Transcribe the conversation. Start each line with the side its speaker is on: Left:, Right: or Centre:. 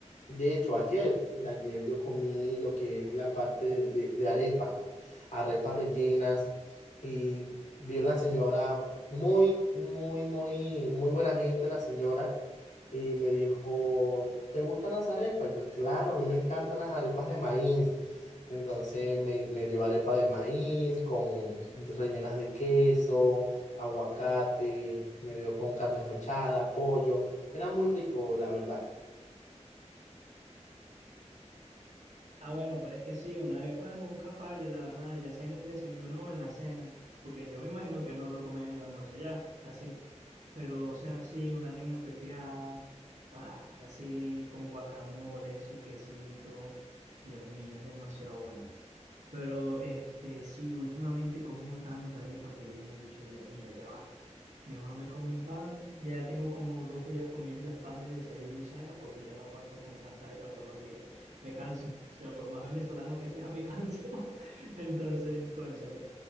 Left: de hecho, ayer, de ayer yo comí lo que es la parte de, de arepas, arepas rellenas, y vi una señora muy, muy, muy, muy buena gente, la señora y me dijo, ¿te gustan las arepas? Yo, claro, a mí me encantan las arepas de maíz. Entonces me, me dio arepa de maíz con rellenas de queso, aguacate, me dio con carne mechada, pollo. Era muy rico, la verdad.
Right: Ah, bueno, pero es que sí, una arepa nunca falla, la verdad, ya sea en el desayuno o en la cena, porque yo me imagino que no lo comen en el almuerzo ya, así, pero o sea, sí, una reina pepiada, ah, así, con guacamole, su quesito, Dios mío, es demasiado bueno. Pero este, sí, últimamente he comido tanta arepa que yo he dicho, Dios mío, ya basta. Mejor me como un pan. Ya tengo como dos días comiendo es pan de desayuno y cena porque ya no aguanto comer tanta arepa todos los días. Me canso. O sea, por más venezolano que sea, me canso. <laughs> Entonces, cónchale.